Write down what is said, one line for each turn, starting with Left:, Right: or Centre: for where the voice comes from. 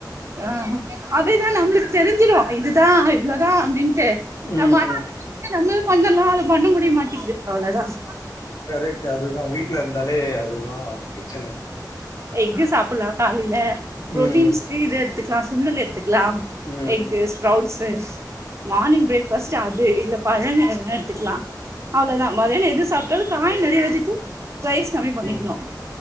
Right: ஆ அதேதான் நம்ளுக்கு தெரிஞ்சிடும் இதுதான் இவ்ளோதான் அப்டின்ட்டு
Left: ம்
Right: நம்ம ஆனா
Left: ம்
Right: நம்மளு பண்ணனு அத பண்ண முடிய மாட்டேக்குது அவ்ளோ‌ தான்
Left: கரெக்ட் அது தான் வீட்ல இருந்தாலே அது தான் பிரச்சன
Right: எக்கு சாப்பிட்லா காலைல புரோட்டீன்ஸுக்கு
Left: ம்
Right: இத எடுத்துக்கலா சுண்டல் எடுத்துக்கலா
Left: ம்
Right: egg sprouts morning breakfast அது இல்ல பழங்க எதுனா எடுத்துக்கலா அவ்ளோதான் மதியானம் எது சாப்ட்டாலும் காய் நெறைய வச்சுட்டு ரைஸ் கம்மி பண்ணிக்கணு
Left: ம்